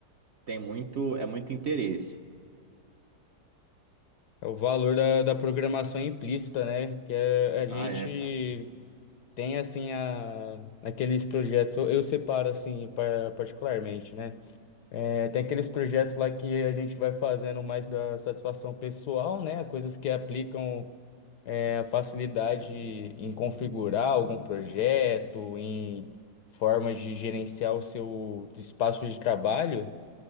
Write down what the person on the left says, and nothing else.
É o valor da, da programação implícita, né? Que é a gente
Tem assim a, aqueles projetos, eu eu separo assim pa- particularmente, né? É, tem aqueles projetos lá que a gente vai fazendo mais da satisfação pessoal, né? Coisas que aplicam é, a facilidade em configurar algum projeto, em formas de gerenciar o seu espaço de trabalho.